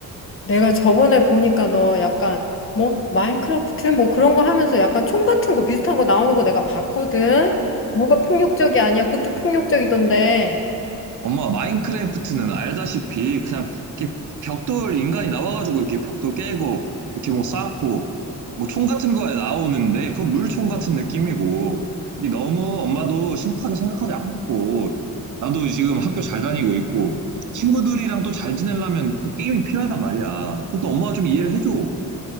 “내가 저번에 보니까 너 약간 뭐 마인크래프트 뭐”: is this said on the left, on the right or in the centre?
Left